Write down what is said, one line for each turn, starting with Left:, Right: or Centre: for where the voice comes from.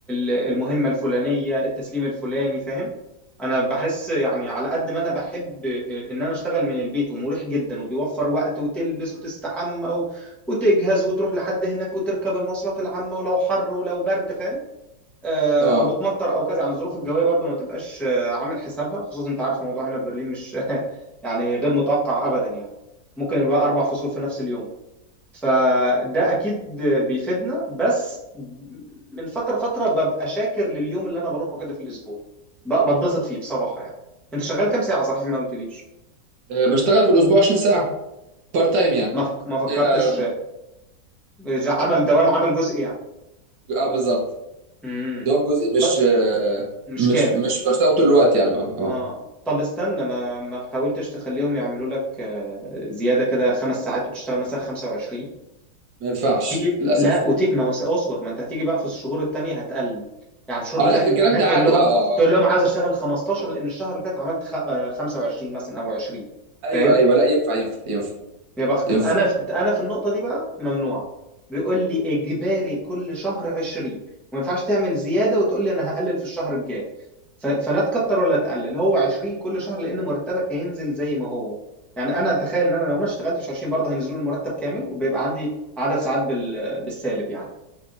Centre: المهمة الفلانية التسليم الفلاني فاهم انا بحس يعني على قد ما انا بحب ان انا اشتغل من البيت ومريح جدا وبيوفر وقت وتلبس وتستحمى و... وتجهز وتروح لحد هناك وتركب المواصلات العامة ولو حر ولو برد فاهم آه،
Right: اه
Centre: او بتمطر او كذا يعني الظروف الجوية برضو ما تبقاش آه، عامل حسابها خصوصا انت عارف موضوع هنا في برلين مش <laughs> يعني غير متوقع ابدا يعني ممكن يبقى اربع فصول في نفس اليوم فده اكيد بيفيدنا بس من فتره فتره ببقى شاكر لليوم اللي انا بروحه كده في الاسبوع ب- بتبسط فيه بصراحه يعني انت شغال كام ساعه صحيح ما قلتليش
Right: آه، بشتغل في الاسبوع 20 ساعه بارت تايم يعني
Centre: ما فك... ما فكرتش
Right: اه
Centre: إذا عمل دوام عمل جزئي يعني
Right: آه، بالظبط
Centre: امم
Right: دوام جزء مش
Centre: طب
Right: آه،
Centre: مش
Right: مش
Centre: كامل
Right: مش بشتغل طول الوقت يعني اه اه
Centre: اه طب استنى ما ما حاولتش تخليهم يعملوا لك آه، زياده كده خمس ساعات وتشتغل مثلا 25
Right: ما ينفعش
Centre: تيجي
Right: للاسف
Centre: لا وت... ما هو س- اصبر ما انت هتيجي بقى في الشهور التانية هتقل يعني في الشهور
Right: اه
Centre: اللي
Right: لا
Centre: فيها
Right: في
Centre: الامتحانات
Right: الكلام ده عادي
Centre: تقول لهم
Right: اه اه
Centre: تقول
Right: آه.
Centre: لهم عاوز اشتغل 15 لان الشهر اللي فات عملت خ... آه، 25 مثلا او 20
Right: ايوه
Centre: فاهم
Right: ايوه لا ينفع ينفع ينفع
Centre: يا بختك
Right: ينفع
Centre: انا في انا في النقطة دي بقى ممنوعة بيقول لي اجباري كل شهر 20 وما ينفعش تعمل زيادة وتقول لي انا هقلل في الشهر الجاي ف... فلا تكتر ولا تقلل هو 20 كل شهر لان مرتبك هينزل زي ما هو يعني انا اتخيل ان انا لو ما اشتغلتش 20 برضه هينزلوا المرتب كامل وبيبقى عندي عدد ساعات بال... بالسالب يعني